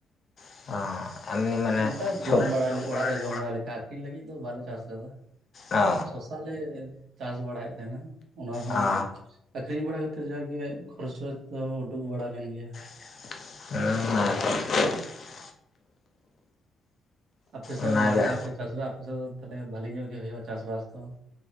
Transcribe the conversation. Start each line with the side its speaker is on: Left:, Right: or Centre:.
Left: <inaudible> ᱢᱟᱱᱮ
Right: ᱱᱚᱝᱠᱟ
Left: ᱥᱚᱵ
Right: ᱡᱚᱢ ᱵᱟᱲᱟᱭ ᱞᱮᱠᱟ, ᱚᱲᱟᱜ ᱨᱮ
Left: ᱞᱮ
Right: ᱡᱚᱢ ᱵᱟᱲᱟᱭ ᱞᱮᱠᱟ ᱟᱠᱷᱨᱤᱧ ᱞᱟᱹᱜᱤᱫ ᱫᱚ ᱵᱟᱞᱮ ᱪᱟᱥ ᱟᱠᱟᱫᱟ ᱾
Left: ᱚ
Right: ᱥᱚᱥᱟ ᱞᱮ ᱪᱟᱥ ᱵᱟᱲᱟᱭᱮᱫ ᱛᱟᱦᱮᱱᱟ ᱚᱱᱟ ᱦᱚᱸ
Left: ᱚ
Right: ᱟᱠᱷᱨᱤᱧ ᱵᱟᱲᱟ ᱠᱟᱛᱮᱫ ᱡᱟᱜᱮ ᱠᱷᱚᱨᱪ ᱴᱚᱨᱚᱡ ᱫᱚ ᱩᱰᱩᱠ ᱵᱟᱲᱟ ᱞᱮᱱ ᱜᱮᱭᱟ ᱾
Left: <inaudible>
Right: ᱟᱯᱮ ᱥᱮᱫ
Left: ᱚᱱᱟᱜᱮ
Right: ᱵᱟᱨ ᱫᱷᱟᱣ ᱯᱮ ᱪᱟᱥᱟ ᱮᱫᱟ ᱾ ᱟᱯᱮ ᱥᱮᱫ ᱫᱚ ᱛᱟᱦᱮ ᱵᱷᱟᱞᱤ ᱧᱚᱜ ᱜᱮ ᱦᱩᱭᱩᱜᱼᱟ ᱪᱟᱥᱵᱟᱥ ᱫᱚ ᱾